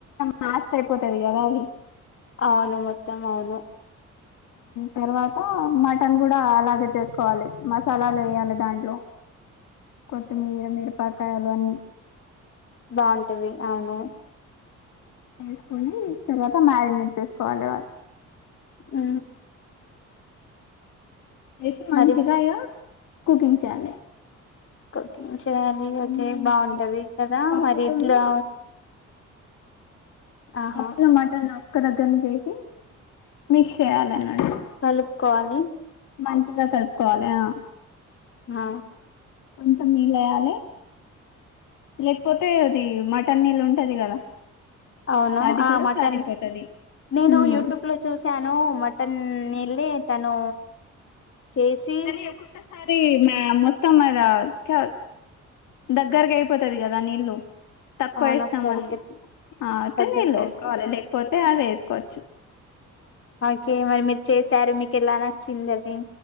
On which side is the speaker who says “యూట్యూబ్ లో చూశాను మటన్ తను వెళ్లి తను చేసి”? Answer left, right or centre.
Left